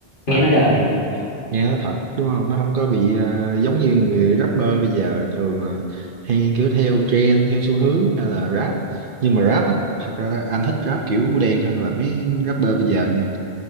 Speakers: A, on the right; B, on the left.
A: mà
B: nghe nó đời
A: nghe nó thật đúng không nó không có bị ờ, giống như người
B: Ừ.
A: rapper bây giờ thường là hay kiểu theo trend theo xu hướng hay là rap nhưng mà rap á thật ra là anh thích rap kiểu của đen hơn là mấy rapper bây giờ nha